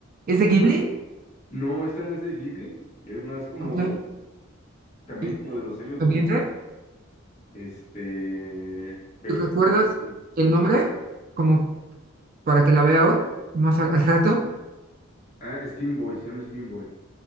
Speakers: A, on the right; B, on the left.
A: ¿Es de Ghibli?
B: No, esta no es de Ghibli, es más como,
A: Ok,
B: también
A: ¿y-
B: como de los años
A: pendiente?
B: 2000, este, pero...
A: ¿Recuerdas
B: sí tiene-
A: el nombre? Como para que la vea hoy, más al, <laughs> al rato.
B: Ah, Steam Boy, se llama Steam Boy.